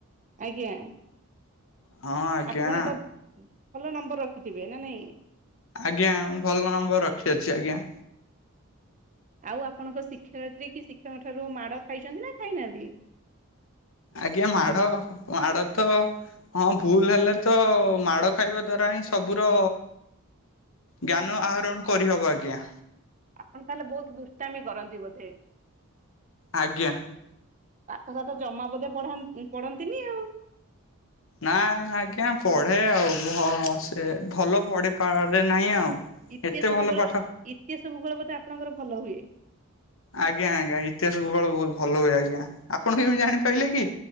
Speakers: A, on the right (about 35°); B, on the left (about 65°).
A: ଆଜ୍ଞା।
B: ହଁ ଆଜ୍ଞା।
A: ଆପଣ ତ ଭଲ ନମ୍ବର ରଖିଥିବେ ନା ନାଇଁ?
B: ଆଜ୍ଞା ମୁଁ ଭଲ ନମ୍ବର ରଖିଅଛି ଆଜ୍ଞା।
A: ଆଉ ଆପଣଙ୍କ ଶିକ୍ଷୟତ୍ରୀ କି ଶିକ୍ଷକଙ୍କ ଠାରୁ ମାଡ ଖାଇଛନ୍ତି ନା ଖାଇନାହାନ୍ତି?
B: ଆଜ୍ଞା ମାଡ ଅ ମାଡ ତ। ହଁ ଭୁଲ ହେଲେ ତ ମାଡ଼ ଖାଇବା ଦ୍ଵାରା ହିଁ ସବୁର। ଜ୍ଞାନ ଆହରଣ କରିହବ ଆଜ୍ଞା।
A: ଆପଣ ତାହେଲେ ବହୁତ ଦୁଷ୍ଟାମି କରନ୍ତି ବୋଧେ?
B: ଆଜ୍ଞା।
A: ପାଠ ସାଠ ଜମା ବୋଧେ ପଢା ଇଁ ପଢନ୍ତିନି ଆଉ।
B: ନା ଆଜ୍ଞା ପଢେ ଆଉ ଭ ସେ ଭଲ ପଢିପାରେ ନାହିଁ ଆଉ।
A: ଇତିହାସ
B: ଏତେ ଭଲ
A: ଭୂଗୋଳ
B: ପାଠ
A: ଇତିହାସ ଭୂଗୋଳ ବୋଧେ ଆପଣଙ୍କର ଭଲ ହୁଏ?
B: ଆଜ୍ଞା ଆଜ୍ଞା ଇତିହାସ ଭୂଗୋଳ ବହୁତ ଭଲ ହୁଏ ଆଜ୍ଞା ଆପଣ କେମିତି ଜାଣିପାଇଲେ କି?